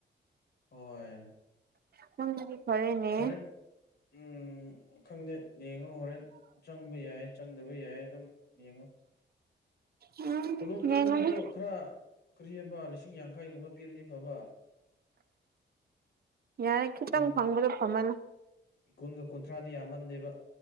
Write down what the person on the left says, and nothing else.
ꯍꯣꯏ
ꯍꯣꯔꯦꯟ ꯎꯝ ꯈꯪꯗꯦ ꯌꯦꯡꯉꯣ ꯍꯣꯔꯦꯟ ꯆꯪꯕ ꯌꯥꯏ ꯆꯪꯗꯕ ꯌꯥꯏ ꯑꯗꯨꯝ ꯌꯦꯡꯉꯣ
ꯇꯣꯂꯣꯞꯇꯣꯃꯣꯏꯗꯣ
ꯈꯔ ꯀ꯭ꯔꯤ ꯍꯥꯕ ꯂꯤꯁꯤꯡ ꯌꯥꯡꯈꯩꯒꯨꯝꯕ ꯄꯤꯔꯗꯤ ꯐꯕ
ꯀꯨꯟ
ꯀꯨꯟꯒ ꯀꯨꯟꯊ꯭ꯔꯥꯗꯤ ꯌꯥꯝꯃꯟꯗꯦꯕ